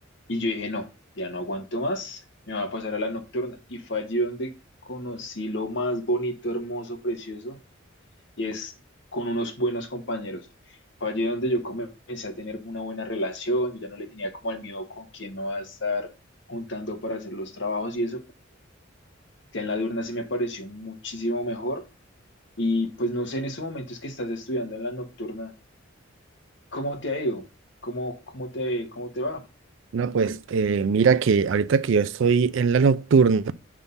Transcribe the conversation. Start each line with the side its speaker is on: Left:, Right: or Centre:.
Left: y yo dije, no, ya no aguanto más, me voy a pasar a la nocturna. Y fue allí donde conocí lo más bonito, hermoso, precioso, y es con unos buenos compañeros. Fue allí donde yo comencé a tener una buena relación, yo ya no le tenía como al miedo con quién me va a estar juntando para hacer los trabajos y eso. Ya en la diurna sí me pareció muchísimo mejor y pues no sé, en estos momentos que estás estudiando en la nocturna, ¿cómo te ha ido? ¿Cómo, cómo te, cómo te va?
Right: No, pues eh, mira que ahorita que yo estoy en la nocturna,